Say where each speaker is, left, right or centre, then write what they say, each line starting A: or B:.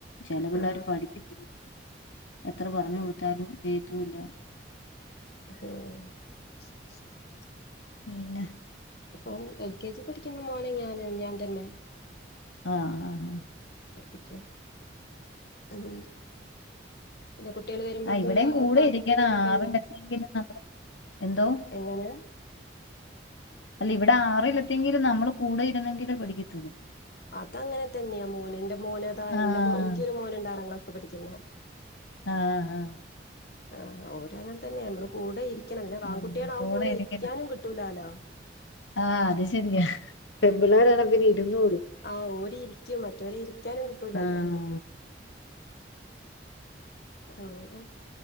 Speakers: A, on the left (about 85°); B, on the left (about 55°).
A: ചെലപിള്ളേര്
B: ആ
A: പഠിക്ക- എത്ര പറഞ്ഞുകൊടുത്താലും
B: ആ,
A: ചെയ്യത്തുവില്ല
B: ആഹ്
A: പിന്നെ
B: അപ്പൊ എൽ കെ ജി പഠിക്കുന്ന മോനെ ഞാന് ഞാതന്നെ.
A: ആഹ് ആഹ് ആഹ്.
B: പ്പിക്കാം അങ്ങനെ. പിന്നെ കുട്ട്യേള് വരുമ്പക്കിള്ള
A: ആഹ് ഇവിടെയും കൂടെ
B: കാക്കലൊക്കെകഴിഞ്ഞാ
A: ഇരിക്കണം ആറിലെത്തിയെങ്കിലും നമ്മള് എന്തോ
B: എങ്ങനെ
A: അല്ല ഇവിടെ ആറിലത്തെങ്കിലും നമ്മള് കൂടെ ഇരുന്നെങ്കിലേ പഠിക്കത്തൊള്ളൂ
B: അതെങ്ങനെ തന്നെയാ മോന് എന്റെ മോനതാ
A: ആഹ്
B: എനിക്കൊരു മോനുണ്ട് ആറാം ക്ലാസ്സി പഠിക്കുന്നേ
A: ആഹ് ആഹ്
B: ആഹ്‌ ഓര് അങ്ങനെ തന്നെയാ നമ്മള് കൂടെ ഇരിക്കണം പിന്നെ ആൺകുട്ടികളാകുമ്പോ
A: ആഹ് കൂടെ
B: ഓരെ
A: ഇരിക്കണം
B: ഇരിക്കാനും കിട്ടൂലാലോ
A: ആഹ് അത് ശെരിയാ പെൺപിള്ളേരാണെ ആണെ പിന്നെ ഇരുന്നോളും
B: ആഹ് ഓര് ഇരിക്കും മറ്റോരേ ഇരിക്കാനും കിട്ടൂലല്ലോ
A: ആഹ്
B: അങ്ങനെ